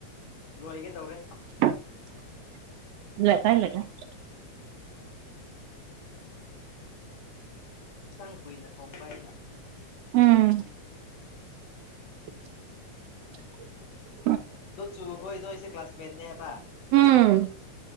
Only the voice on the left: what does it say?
ꯂꯣꯏꯒꯇꯧꯔꯦ
ꯊꯣꯏꯟ ꯀꯨꯏꯅ ꯊꯣꯡꯕ ꯑꯩꯅ
ꯑꯗꯣ ꯆꯨꯈꯣꯏ ꯅꯣ ꯑꯩꯁꯦ ꯀ꯭ꯂꯥꯁꯃꯦꯠꯅꯦ ꯍꯥꯏꯕ